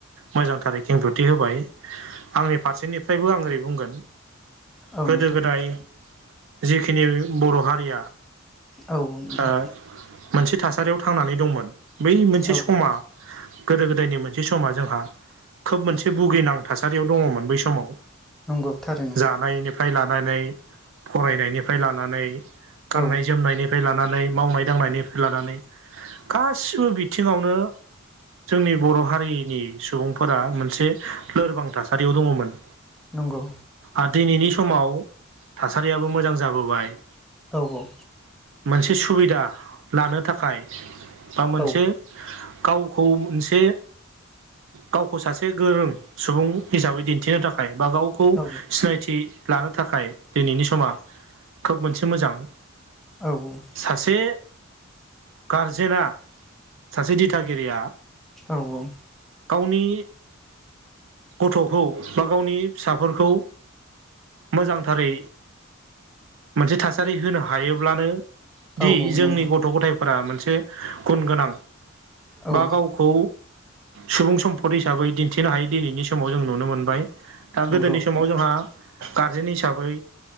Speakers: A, on the right; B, in the centre.
A: मोजांथार खेंथथि होबाय आंनि फारसेनिफ्रायबो आं ओरै बुंगोन।
B: औ
A: गोदो-गोदाय
B: नोंथां
A: जिखिनि बर' हारिया
B: औ नोंथां
A: ओ मोनसे थासारियाव थांनानै दंमोन। बै मोनसे
B: औ
A: समा
B: औ
A: गोदो गोदायनि मोनसे समा जोंहा खोब मोनसे भुगिनां थासारियाव दङमोन बै समाव
B: नंगौ थारैनो
A: जानायनिफ्राय लानानै फरायनायनिफ्राय लानानै गाननाय-जोमनायनि-
B: औ
A: लानानै मावनाय-दांनायनिफ्राय लानानै। गासिबो बिथिङावनो जोंनि बर' हारिनि सुबुंफोरा मोनसे लोरबां थासारियाव दङमोन।
B: नंगौ।
A: आरो दिनैनि समाव थासारियाबो मोजां जाबोबाय
B: औ औ
A: मोनसे सुबिदा लानो थाखाय बा मोनसे
B: औ
A: गावखौ मोनसे गावखौ सासे गोरों सुबुं हिसाबै दिन्थिनो थाखाय बा गावखौ
B: औ
A: सिनायथि लानो थाखाय दिनैनि समा खोब मोनसे मोजां।
B: औ औ
A: सासे गारजेना सासे दिथागिरिया
B: औ औ
A: गावनि गथ'खौ बा गावनि फिसाफोरखौ मोजांथारै मोनसे थासारि होनो हायोब्लानो दि
B: औ
A: जोंनि
B: नंगौ
A: गथ'-गथाय-
B: नोंथां
A: फोरा मोनसे गुन गोनां
B: औ
A: बा गाव- खौ सुबुं सम्पद हिसाबै दिन्थिनो हायै दिनैनि समाव जों नुनो मोनबाय। दा
B: नंगौ
A: गोदोनि समाव
B: नोंथां
A: जोंहा गारजेन हिसाबै